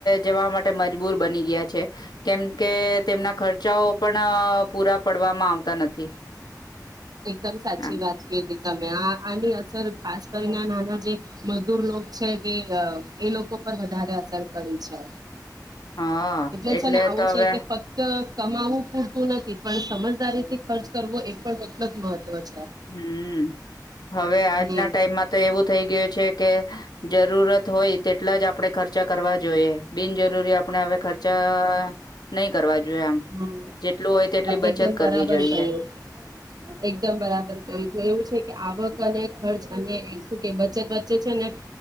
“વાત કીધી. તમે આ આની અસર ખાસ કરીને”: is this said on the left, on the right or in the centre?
Right